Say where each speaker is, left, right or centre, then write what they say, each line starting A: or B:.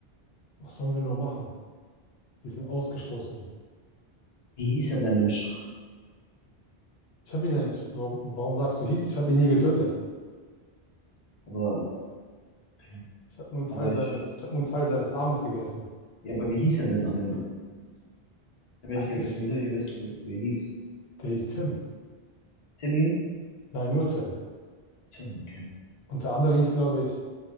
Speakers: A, on the left; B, on the left.
A: Was sollen wir nur machen? Diesen Ausgestoßenen.
B: Wie hieß er, der Mensch?
A: Ich habe ihn ja nicht. wa- Warum sagst du hieß? Ich habe ihn nie getötet.
B: Aber, okay.
A: Ich habe nur einen
B: Aber
A: Teil seines,
B: ich,
A: ich habe nur einen Teil seines Armes gegessen.
B: ja, aber wie hieß er denn am Ende? Ich habe
A: Weiß
B: ja nicht gegessen,
A: ich.
B: natürlich, wir wissen, wie es- wie er hieß.
A: Der hieß Tim.
B: Timmy?
A: Nein, nur Tim.
B: Tim, okay.
A: Und der andere hieß, glaube ich.